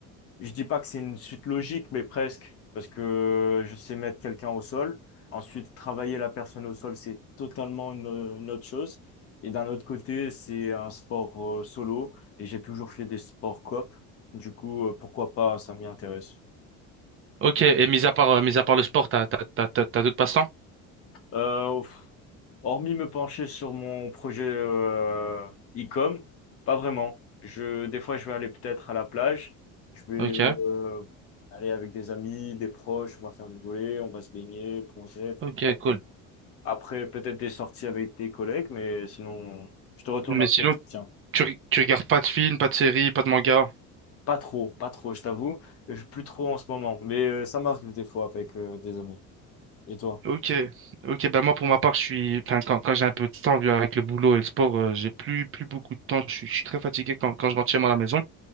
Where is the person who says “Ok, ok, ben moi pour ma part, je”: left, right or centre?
Right